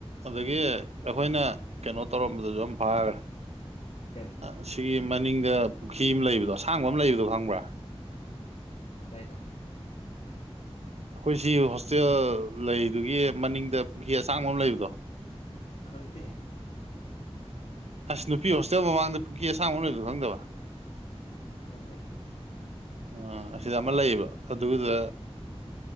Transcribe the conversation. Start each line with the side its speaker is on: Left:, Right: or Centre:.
Right: ꯑꯗꯒꯤ ꯑꯩꯈꯣꯏꯅ ꯀꯩꯅꯣ ꯇꯧꯔꯝꯕꯗꯨꯁꯨ ꯌꯥꯝ ꯐꯥꯈ꯭ꯔꯦ
Left: ꯀꯔꯤ
Right: ꯑꯁꯤꯒꯤ ꯃꯅꯤꯡꯗ ꯄꯨꯈ꯭ꯔꯤ ꯑꯃ ꯂꯩꯕꯗꯣ ꯑꯁꯥꯡꯕ ꯑꯃ ꯂꯩꯕꯗꯣ ꯈꯪꯕ꯭ꯔꯥ
Left: ꯀꯥꯏꯗ
Right: ꯑꯩꯈꯣꯏ ꯁꯤ ꯍꯣꯁꯇꯦꯜ ꯂꯩꯗꯨꯒꯤ ꯃꯅꯤꯡꯗ ꯄꯨꯈꯤ ꯑꯁꯥꯡꯕ ꯑꯃ ꯂꯩꯕꯗꯣ
Left: ꯈꯪꯗꯦꯍꯦ
Right: ꯑꯁ ꯅꯨꯄꯤ ꯍꯣꯁꯇꯦꯜ ꯃꯃꯥꯡꯗ ꯄꯨꯈ꯭ꯔꯤ ꯑꯁꯥꯃꯛꯗꯨ ꯈꯪꯗꯕ
Left: ꯍꯪꯒꯦ
Right: ꯑ ꯑꯁꯤꯗ ꯑꯃ ꯂꯩꯌꯦꯕ ꯑꯗꯨꯒꯤꯗ